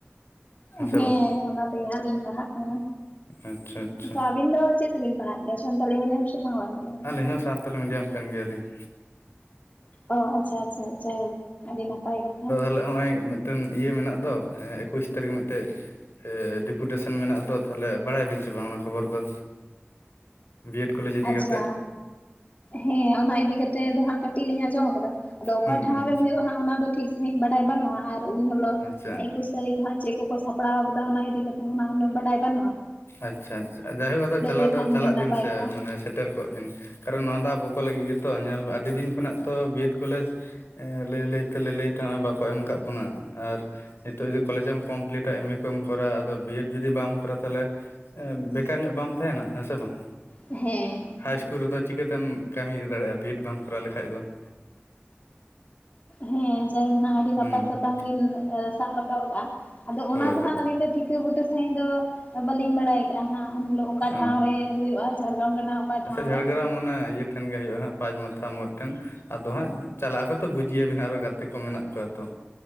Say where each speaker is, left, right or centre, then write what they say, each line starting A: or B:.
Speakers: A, on the left (about 75°); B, on the left (about 40°).
A: ᱥᱮ
B: ᱦᱮᱸ
A: ᱵᱟᱝ
B: ᱚᱱᱟ ᱛᱮᱜᱮ ᱦᱟᱸᱜ ᱞᱤᱧ ᱯᱟᱲᱦᱟᱜ ᱠᱟᱱᱟ᱾
A: ᱟᱪᱪᱷᱟ, ᱟᱪᱪᱷᱟ
B: ᱛᱚ ᱟᱵᱤᱱ ᱫᱚ ᱪᱮᱫ ᱛᱮᱵᱤᱱ ᱯᱟᱲᱦᱟᱜ ᱜᱮᱭᱟ ᱥᱟᱱᱛᱟᱞᱤ ᱢᱤᱰᱤᱭᱟᱢ ᱥᱮ ᱵᱟᱝᱞᱟ ᱢᱤᱰᱤᱭᱟᱢ?
A: ᱟᱹᱞᱤᱧ
B: ᱛᱮ
A: ᱦᱚᱸ ᱥᱟᱱᱛᱟᱞᱤ ᱢᱤᱰᱤᱭᱟᱢ ᱾ ᱠᱟᱱ ᱜᱮᱭᱟᱞᱤᱝ ᱾
B: ᱚ ᱟᱪᱪᱷᱟ ᱟᱪᱪᱷᱟ ᱟᱪᱪᱷᱟ ᱟᱹᱰᱤ ᱱᱟᱯᱟᱭ ᱠᱟᱛᱷᱟ ᱾
A: ᱛᱟᱦᱮ ᱱᱚᱜ ᱚᱭ ᱢᱤᱫᱴᱮᱱ ᱤᱭᱟᱹ ᱢᱮᱱᱟᱜ ᱫᱚ᱾ ᱮᱠᱩᱥ ᱛᱟᱹᱨᱤᱠᱷ ᱢᱤᱫᱴᱮᱡ ᱰᱮᱯᱩᱴᱮᱥᱚᱱ ᱢᱮᱱᱟᱜ ᱫᱚ ᱾ ᱛᱟᱦᱚᱞᱮ ᱵᱟᱲᱟᱭᱟᱵᱤᱱ ᱥᱮ ᱵᱟᱝ ᱚᱱᱟ ᱠᱷᱚᱵᱚᱨ ᱫᱚ? ᱵᱤᱭᱰ ᱠᱚᱞᱮᱡᱽ ᱤᱫᱤ
B: ᱟᱪᱪᱷᱟ,
A: ᱠᱟᱛᱮᱫ
B: ᱦᱮᱸ ᱚᱱᱟ ᱤᱫᱤ ᱠᱟᱛᱮᱜ ᱫᱚ ᱦᱟᱜ ᱠᱟᱹᱴᱤᱡ ᱠᱟᱹᱴᱤᱡ ᱞᱤᱧ ᱟᱸᱡᱚᱢ ᱟᱠᱟᱫᱟ, ᱟᱫᱚ ᱚᱠᱟ
A: ᱦᱩᱸ
B: ᱴᱷᱟᱶ
A: ᱦᱩᱸ
B: ᱨᱮ ᱦᱩᱭᱩᱜᱼᱟᱜ ᱚᱱᱟ ᱫᱚ ᱴᱷᱤᱠ ᱥᱟᱹᱦᱤᱡ ᱵᱟᱰᱟᱭ ᱵᱟᱹᱱᱩᱜᱼᱟ᱾ ᱟᱨ ᱩᱱ ᱦᱤᱞᱚᱜᱜ
A: ᱟᱪᱪᱷᱟ
B: ᱮᱠᱩᱥ ᱛᱟᱹᱨᱤᱠᱷ ᱦᱟᱸᱜ ᱪᱮᱫ ᱠᱚᱠᱚ ᱥᱟᱯᱲᱟᱣ ᱟᱠᱟᱫᱟ ᱚᱱᱟ ᱤᱫᱤ ᱠᱟᱛᱮ ᱦᱚᱸ ᱩᱱᱟᱹᱜ ᱵᱟᱰᱟᱭ ᱵᱟᱹᱱᱩᱜᱼᱟ ᱾
A: ᱟᱪᱪᱷᱟ ᱟᱪᱪᱷᱟ ᱡᱟᱭᱦᱳᱠ ᱟᱫᱚ ᱪᱟᱞᱟᱣ
B: ᱞᱮᱠᱷᱟᱱ
A: ᱫᱚ ᱪᱟᱞᱟᱜ ᱵᱤᱱ
B: ᱱᱟᱯᱟᱭ
A: ᱥᱮ
B: ᱠᱚᱜᱼᱟ
A: ᱢᱟᱱᱮ, ᱥᱮᱴᱮᱨ ᱠᱚᱜ ᱵᱤᱱ ᱠᱟᱨᱚᱱ ᱱᱚᱣᱟ ᱫᱚ ᱟᱵᱚ ᱠᱚ ᱞᱟᱹᱜᱤᱫ ᱜᱮᱛᱚ, ᱧᱮᱞ ᱟᱹᱰᱤ ᱫᱤᱱ ᱠᱷᱚᱱᱟᱜ ᱛᱚ ᱵᱤ ᱮᱰ ᱠᱚᱞᱮᱡᱽ ᱞᱟᱹᱭ ᱞᱟᱹᱭ ᱛᱮ ᱞᱟᱹᱭ ᱛᱮ ᱱᱚᱜᱼᱚᱭ ᱵᱟᱠᱚ ᱮᱢ ᱠᱟᱫ ᱵᱚᱱᱟ, ᱟᱨ ᱱᱤᱛᱚᱜ ᱡᱩᱫᱤ ᱠᱚᱞᱮᱡᱮᱢ ᱠᱚᱢᱯᱞᱤᱴᱟ ᱮᱢ ᱮ ᱠᱚᱢ ᱠᱚᱨᱟᱣᱟ ᱟᱫᱚ ᱵᱤᱮᱰ ᱡᱩᱫᱤ ᱵᱟᱢ ᱠᱚᱨᱟᱣᱟ ᱛᱟᱦᱚᱞᱮ ᱮᱸ ᱵᱮᱠᱟᱨ ᱧᱚᱜ ᱵᱟᱢ ᱛᱟᱦᱮᱱᱟ, ᱦᱮᱸ ᱥᱮ ᱵᱟᱝ?
B: ᱦᱮᱸ᱾
A: ᱦᱟᱭ ᱤᱥᱠᱩᱞ ᱨᱮᱫᱚ ᱪᱤᱠᱟᱹᱛᱮᱢ ᱠᱟᱹᱢᱤ ᱫᱟᱲᱮᱭᱟᱜᱼᱟ ᱵᱤᱭᱮᱰ ᱵᱟᱢ ᱠᱚᱨᱟᱣ ᱞᱮᱠᱷᱟᱡ ᱫᱚ ᱾
B: ᱦᱮᱸ ᱡᱟᱭᱦᱳ ᱦᱜ ᱟᱹᱰᱤ
A: ᱦᱩᱸ
B: ᱱᱟᱯᱟᱭ ᱥᱟᱛᱟᱢ ᱵᱤᱱ ᱥᱟᱵ ᱨᱟᱠᱟᱵ ᱟᱠᱟᱜᱼᱟ, ᱟᱫᱚ
A: ᱦᱳᱭ
B: ᱚᱱᱟ ᱫᱚ
A: ᱦᱳᱭ
B: ᱦᱟᱸᱜ ᱟᱹᱞᱤᱧ ᱫᱚ ᱴᱷᱤᱠᱟᱹ ᱵᱩᱴᱟᱹ ᱥᱟᱺᱦᱤᱡ ᱫᱚ ᱵᱟᱟᱹᱞᱤᱧ ᱵᱟᱲᱟᱭ ᱟᱠᱟᱟᱜᱼᱟ ᱦᱟᱸᱜ ᱩᱱ ᱦᱤᱞᱳᱜ ᱚᱠᱟ
A: ᱚ
B: ᱴᱷᱟᱶ ᱨᱮ ᱦᱩᱭᱩᱜᱼᱟ, ᱡᱷᱟᱲᱜᱨᱟᱢ ᱨᱮᱱᱟᱜ ᱚᱠᱟ
A: ᱟᱪᱪᱷᱟ
B: ᱴᱷᱟᱶ
A: ᱡᱷᱟᱲᱜᱨᱟᱢ
B: ᱨᱮ
A: ᱚᱱᱮ ᱤᱭᱟᱹ ᱴᱷᱮᱱ ᱜᱮ ᱦᱩᱭᱩᱜᱼᱟ ᱦᱜ ᱯᱟᱸᱪ ᱢᱟᱛᱷᱟ ᱢᱳᱲ ᱴᱷᱮᱱ ᱾ ᱟᱫᱚ ᱦᱟᱸᱜ ᱪᱟᱞᱟᱜ ᱟᱠᱚ ᱛᱚ ᱵᱩᱡᱤᱭᱟᱵᱤᱱ ᱟᱨᱚ ᱜᱟᱛᱮ ᱠᱚ ᱢᱮᱱᱟᱜ ᱠᱚᱣᱟ ᱛᱚ